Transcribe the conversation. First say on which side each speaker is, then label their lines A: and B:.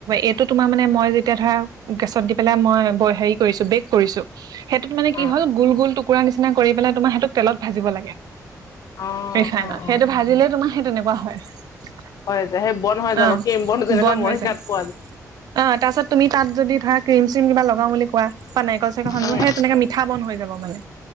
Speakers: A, on the right; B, on the left.
A: এইটো তোমাৰ মানে মই যেতিয়া ধৰা গেছত দি পেলাই মই হেৰি কৰিছো বেক কৰিছো সেইটোত মানে কি
B: অ
A: হ'ল গোল গোল টুকুৰা নিচিনা কৰি পেলাই তোমাৰ সেইটোক তেলত ভাজিব লাগে
B: অ
A: ৰিফাইনত,
B: অ অ
A: সেইটো ভাজিলে তোমাৰ সেই তেনেকুৱা হয়।
B: হয় সেই বন্ধ হৈ যাব
A: অ'।
B: কিম বন যেনেকা
A: বন্ধ
B: মৰিগাওঁত
A: হৈ যায় অ তাৰপাছত তুমি তাত যদি ধৰা ক্ৰীম চিম কিবা লগাও বুলি কোৱা বা নাৰিকল চাৰিকল
B: উম
A: স সেই তেনেকে মিঠা বন হৈ যাব মানে